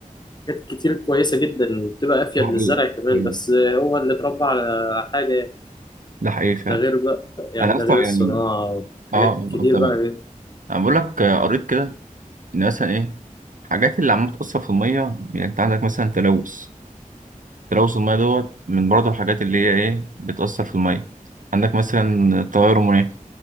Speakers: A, on the left; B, on the right.
A: كتير كويسة جدا وبتبقى أفيد
B: ده حقيقي
A: للزرع كمان
B: كويس
A: بس هو اللي اتربى على حاجة
B: ده حقيقي فعلا
A: ده غير بقى يعني
B: أنا
A: ده
B: أصلا
A: غير
B: يعني
A: الصناعة والحاجات
B: أه
A: الكتير
B: آه، تمام
A: بقى
B: أنا بقول لك آه، قريت كده إن مثلا إيه الحاجات اللي عمالة بتأثر في المية يعني أنت عندك مثلا تلوث تلوث المية دوت من برضه الحاجات اللي هي إيه بتأثر في المية عندك مثلا التغير المناخي